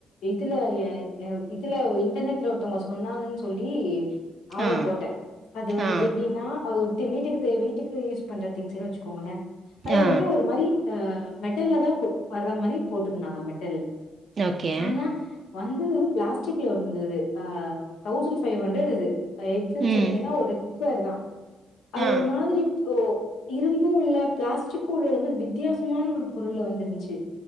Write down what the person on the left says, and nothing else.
இதுல ஏ-ஏ இதுல இன்டர்நெட்ல ஒருத்தவங்க சொன்னாங்கன்னு சொல்லி ஆடர்
போட்டே அது வந்து
எப்டின்னா அது ஒரு த்து வீட்டுக்கு தே வீட்டுக்கு யூஸ் பண்ற திங்க்ஸ்னு வச்சுக்கோங்களே அது
வந்து ஒரு மாரி ஆ மெட்டல்லதா க்கு வற மாரி போட்ருந்தாங்க மெட்டல்
ஆனா வந்துது பிளாஸ்டிக்ல வந்திருந்துது ஆ தௌசண்ட் ஃபைவ் ஹண்ட்ரட் அது எதுன்னு
சொன்னீங்கன்னா ஒருக் பேருதா அது
ஒரு மாதிரி ஓ இரும்பும் இல்ல பிளாஸ்டிக்கும் இல்ல ஒரு மாரி வித்தியாசமான ஒரு பொருள்லா வந்துருச்சு